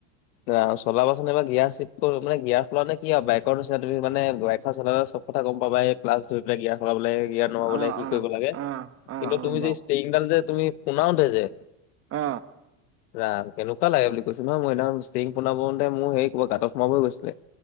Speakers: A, on the left (about 80°); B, on the right (about 30°).
A: আ চলাবাচোন এইবাৰ গিয়াৰ চিৰ্টটো মানে গিয়াৰ খুলা নে কি আও বাইকৰ নিচিনা তুমি মানে বাইক চলালে চব কথা গম পাবাই, ক্লাছ ধৰিপেলাই গিয়াৰ সলাবলে, গিয়াৰ নমাবলে
B: অ', অ',
A: কি কৰিব লাগে
B: অ',
A: কিন্তু
B: অ', অ',
A: তুমি
B: বাৰু
A: যে ষ্টেৰিংডাল যে তুমি পোনাওতে যে
B: অ
A: ৰাম কেনেকুৱা লাগে বুলি কৈছো নহয় মই সিদিনাখন ষ্টিং পোনাব লওঁতে মোৰ সেই কবাত গাঁতত সোমাবই গৈছিলে।